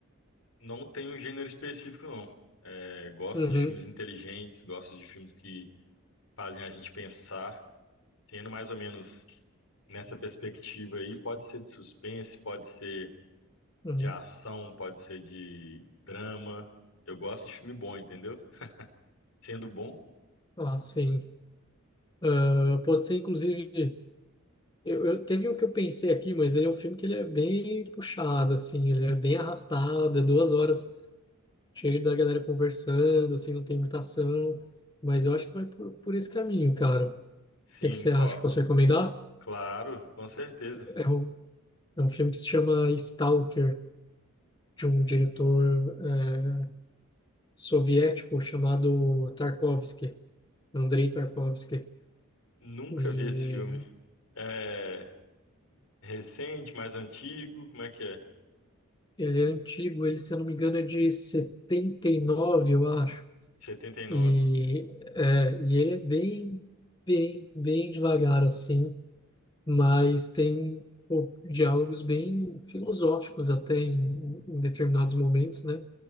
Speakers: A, on the left; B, on the left.
A: não tem um gênero específico não. É, gosto
B: Uhum,
A: de filmes inteligentes, gosto de filmes que fazem a gente pensar, sendo mais ou menos nessa perspectiva aí, pode ser de suspense, pode ser
B: uhum.
A: de ação, pode ser de drama. Eu gosto de filme bom, entendeu? Sendo bom
B: Ah, sim. Ah, pode ser, inclusive. Eu, eu, teve um que eu pensei aqui, mas ele é um filme que ele é bem puxado, assim, ele é bem arrastado, é duas horas cheio da galera conversando, assim, não tem muita ação. Mas eu acho que vai por, por esse caminho, cara. O
A: Sim,
B: que que você
A: qual?
B: acha? Posso recomendar?
A: Claro, com certeza.
B: É, é um, é um filme que se chama Stalker. de um diretor é, soviético chamado Tarkovsky, Andrei Tarkovsky.
A: Nunca
B: E
A: vi esse filme. É recente, mais antigo, como é que é?
B: ele é antigo, ele, se eu não me engano, é de 79 eu acho.
A: setenta e nove
B: E, é, e ele é bem, bem, bem devagar, assim, mas tem pô, diálogos bem filosóficos até em, em determinados momentos, né?